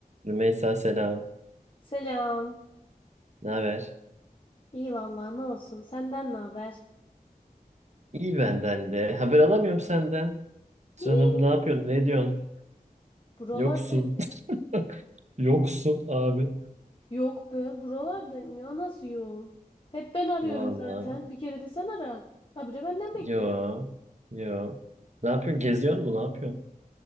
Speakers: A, on the right (about 50°); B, on the left (about 35°).
A: Rümeysa selam.
B: Selam.
A: Ne haber?
B: İyi vallahi ne olsun. Senden ne haber?
A: İyi benden de. Haber alamıyorum senden.
B: Niye?
A: Canım ne yapıyorsun? Ne diyorsun?
B: Buralardayım.
A: Yoksun. <laughs> Yoksun abi.
B: Yok be, buralardayım ya. Nasıl yoğun? Hep ben arıyorum
A: Vallahi.
B: zaten. Bir kere de sen ara. Habire benden bekliyorsun.
A: Yo. Yo. Ne yapıyorsun? Geziyor mu? Ne yapıyorsun?